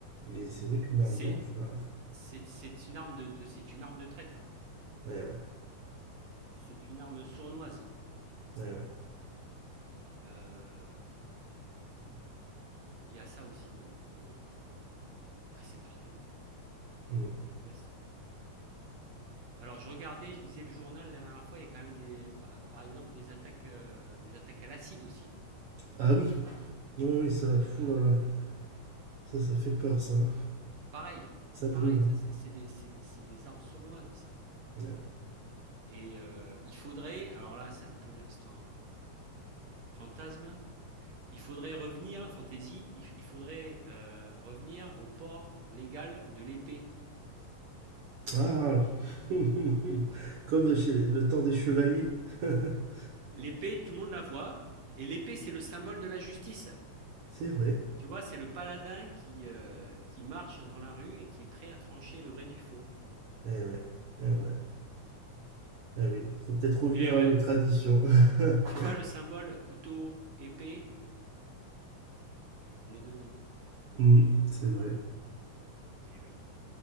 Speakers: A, on the right; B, on the right.
A: Et c'est vrai qu'une
B: C'est,
A: arme blanche, bah,
B: c'est, c'est une arme de, de- c'est une arme de traître.
A: ouais, ouais,
B: C'est une arme sournoise.
A: ouais, ouais.
B: Euh, Il euh, y a ça aussi au, au- bah, c'est partout en fait en, en Europe
A: Mm.
B: de l'Ouest. Alors je regardais, je lisais le journal la dernière fois. Il y a quand même des, par exemple des attaques, euh, des attaques à l'acide aussi.
A: Ah oui, oui, oui, ça,
B: Euh,
A: fou là là, ça, ça fait peur, ça, hein.
B: c'est pareil, c'est
A: ça
B: pareil.
A: brûle. hein.
B: Ça c'est c'est des, c'est des- c'est des armes sournoises ça.
A: Ouais, ouais.
B: Et euh, il faudrait, alors là c'est un peu l'instant euh, fantasme, il faudrait revenir, fantaisie, il, il faudrait euh, revenir au port légal de l'épée.
A: Ah, <laughs> comme de chez les- le temps des chevaliers. <laughs>
B: L'épée, tout le monde la voit, et l'épée c'est le symbole de la justice.
A: C'est vrai.
B: Tu vois, c'est le paladin qui, euh, qui marche dans la rue et qui est prêt à trancher le vrai du faux.
A: Eh ouais. Eh ouais. Eh oui. Il faut peut-être revenir
B: Et ouais,
A: à nos traditions. <laughs>
B: tu vois le symbole couteau, épée, on est dedans quoi.
A: Hmm, c'est vrai.
B: Et oui.